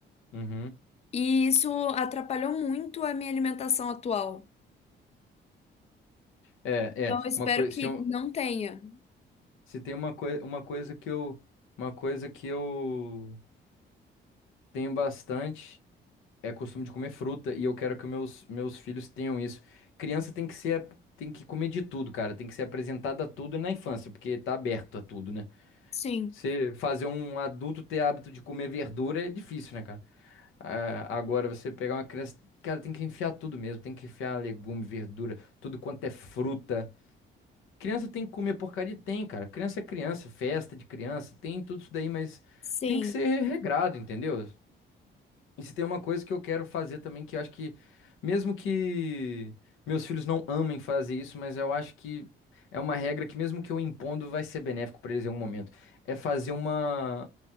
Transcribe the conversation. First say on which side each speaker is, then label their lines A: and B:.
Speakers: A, on the left; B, on the left.
A: uhum.
B: E isso atrapalhou muito a minha alimentação atual.
A: É,
B: Então,
A: é.
B: eu espero
A: Uma coisa.
B: que
A: Se, eu-
B: não tenha.
A: se tem uma, coi uma coisa que eu. Uma coisa que eu tenho bastante. é costume de comer fruta e eu quero que meus, meus filhos tenham isso. Criança tem que ser, tem que comer de tudo, cara. Tem que ser apresentada a tudo na infância, porque tá aberto a tudo, né?
B: Sim,
A: Você fazer um adulto ter hábito de comer verdura é difícil, né, cara? Ah, agora você pegar uma criança, cara, tem que enfiar tudo mesmo, tem que enfiar legume, verdura, tudo quanto é fruta. Criança tem que comer porcaria? Tem, cara. Criança é criança, festa de criança, tem tudo isso daí, mas
B: sim,
A: tem que ser regrado, entendeu? E se tem uma coisa que eu quero fazer também, que eu acho que, mesmo que meus filhos não amem fazer isso, mas eu acho que é uma regra que, mesmo que eu impondo, vai ser benéfico para eles em algum momento. É fazer uma,